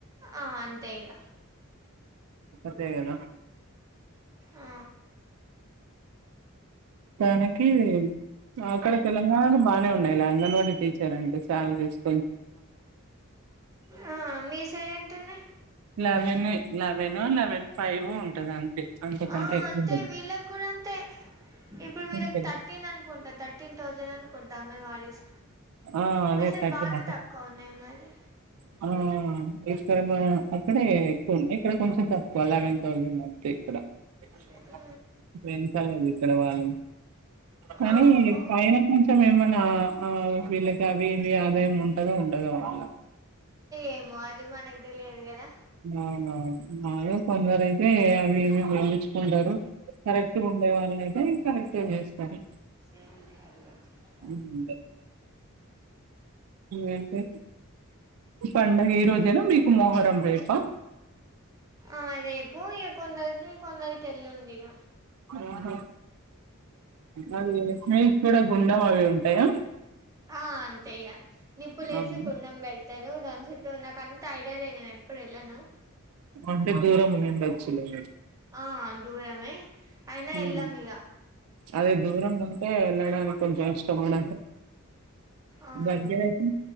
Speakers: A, on the right; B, on the right.
A: ఆ అంతే ఇగ
B: అంతే కదా
A: ఆ
B: తనకి అక్కడ తెలంగాణలో బానే ఉన్నాయి అంగన్వాడి టీచర్ అంటే చాల ఇష్టం
A: ఆ మీ సైడ్ ఎంత ఉంది
B: లెవెన్ లెవెన్ ఫైవ్ ఉంటది అంతే అంతకంటే
A: ఆ
B: ఎక్కువ
A: అంతే
B: ఉండదు
A: వీళ్ళకి కూడా అంతే ఇప్పుడు వీళ్ళకి
B: అంతే
A: థర్టీన్ అనుకుంటా థర్టీన్ థౌజండ్ అనుకుంటా అంగన్వాడీస్
B: ఆ అదే
A: మీ సైడ్
B: <unintelligible>
A: బానే తక్కువ ఉన్నాయి మరి
B: <unintelligible> అక్కడే ఎక్కువ ఉన్నాయి ఇక్కడ కొంచెం తక్కువ అలావన్ థౌసం అంతే ఇక్కడ <unintelligible>
A: అంతేనా
B: కానీ
A: ఆహా
B: పైనా కొంచం మొత్తం ఏమనా ఆ వీళ్ళకి అవి ఇవి ఆదాయం ఉంటదో ఉండదో వాళ్ళ
A: ఏమో అది మనకి తెలియదు కదా
B: అవునవును మాలో కొందరు అయితే అవి ఏమ గలించుకుంటారు కరెక్ట్ ఉండే వాళ్ళ అయితే కరెక్ట్ చేస్తారు
A: ఏముంది అడిగి వచ్చిందట
B: ఉమ్ ఏంటి పండుగ ఈ రోజేనా మీకు మొహరం రేపా
A: ఆ రేపు ఇగ కొందరికి కొందరికి ఎల్లుండి ఇగ
B: ఆహ అద మీకు కూడా గుండెం అవి ఉంటాయా?
A: ఆ అంతేయ్యా నిప్పులే
B: అవును.
A: వేసి గుండం పెడతారు దాని దిటు నాకు అంత ఐడియా లే నేను ఎప్పుడు వెళ్ళను.
B: అంటే దూరం ఉనుండడొచ్చులే
A: ఆ దూరమే అయినా
B: ఉమ్
A: వెళ్ళాం ఇగ
B: అదే దూరమ అ నడాలి కొంచెం కష్టపడ
A: ఆ
B: దగర్తేకు